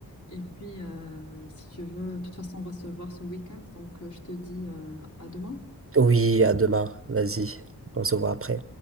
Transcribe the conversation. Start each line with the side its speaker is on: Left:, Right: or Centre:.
Left: Et puis, euh, si tu veux, de toute façon, on va se voir ce week-end. Donc, euh, je te dis euh, à demain.
Right: Oui, à demain. Vas-y, on se voit après.